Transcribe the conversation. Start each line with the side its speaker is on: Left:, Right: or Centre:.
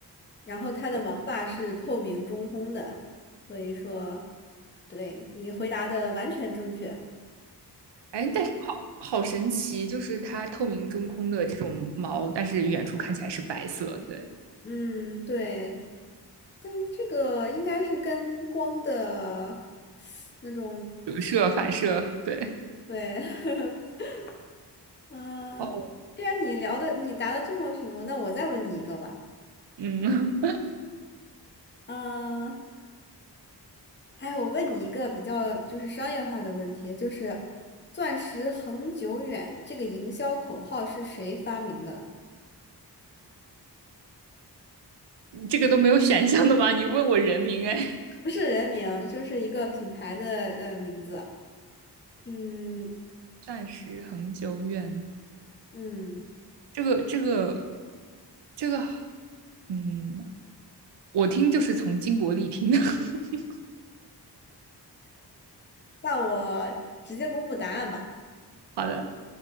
Left: 然后它的毛发是透明中空的，
Right: 对，
Left: 所以说，对，你回答的完全正确。
Right: 哎，但是好好神奇，就是它透明中空的这种毛，但是远处看起来是白色，对，
Left: 嗯，对，但是这个应该是跟光的那种，
Right: 折射反射，对，
Left: 对，<laughs> 嗯、
Right: 哦，
Left: 既然你聊的你答的这么什么，那我再问你一个吧。
Right: 嗯，
Left: 嗯、哎，我问你一个比较就是商业化的问题，就是“钻石恒久远”这个营销口号是谁发明的？
Right: <laughs> 这个都没有选项的吗？你问我人名，哎，
Left: 不是人名，就是一个品牌的呃名字。嗯
Right: 暂时恒久远，
Left: 嗯，
Right: 这个这个这个嗯，我听就是从金伯利听的。<laughs>
Left: 那我直接公布答案吧。
Right: 好的，